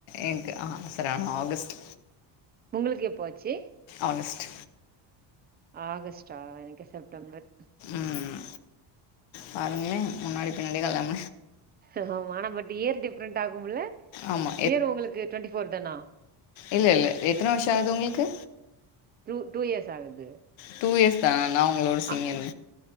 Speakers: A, on the left; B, on the right.
A: எனக்கு சரி ஆகஸ்டு
B: உங்கள்க்கு எப்போ ஆச்சி
A: ஆகஸ்ட்
B: ஆகஸ்ட்டா எனக்கு செப்டம்பர்
A: ம் பாருங்களே முன்னாடி பின்னாடி கலாம
B: ஆமா ஆனா பட் ஏர் டிஃப்ரெண்ட் ஆகும்ல
A: ஆமா
B: ஏர் உங்களுக்கு டுவெண்ட்டி ஃபோர் தானா
A: இல் இல்லை எத்தன வருஷம் ஆகுது உங்களுக்கு
B: டூ டூ இயர்ஸ் ஆகுது
A: டூ இயர்ஸ் தான நா உங்களோட சீனியர்
B: அ